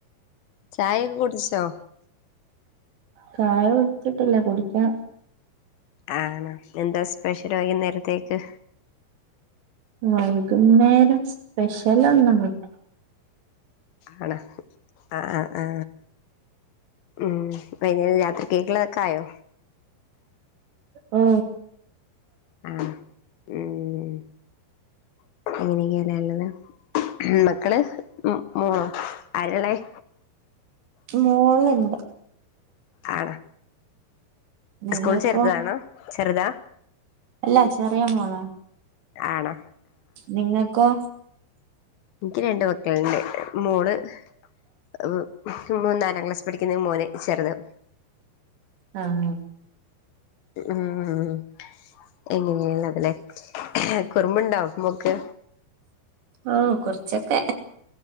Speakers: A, on the left; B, on the right.
A: ചായൊകെ കുടിച്ചോ
B: ചായ കുടിച്ചിട്ടില്ല കുടിക്കണം
A: ആണൊ എന്താ സ്പെഷ്യൽ വൈകുനേരത്തേക്ക്
B: വൈകുന്നേരം സ്പെഷ്യലൊന്നുമില്ല
A: അണൊ അ ആ ആ മ് വൈന്നേര രാത്രികേൾകൊക്കെ ആയോ
B: ആ
A: ആ മ് <unintelligible> മ് മക്കൾംമ് മോളോ ആരാണവ്
B: മോളുണ്ട്
A: ആ
B: നിങ്ങൾക്കോ
A: സ്കൂളിൽ ചേർത്തതാണോ ചെറ്താ
B: അല്ല ചെറിയ മോളാ
A: ആണാ
B: നിങ്ങക്കോ
A: ന്ക്ക് രണ്ട് മക്കള്ണ്ട് മോൾ <unintelligible> ക്യുമു നാലാം ക്ലാസിൽ പഠിക്ക്ന്ന മോന് ചെറുത്
B: ആ ആ
A: മ് എങ്ങനീയ്നടല്ലെ കുറുമ്പുണ്ടോ മോക്ക്
B: ആ കൊറച്ചൊക്കെ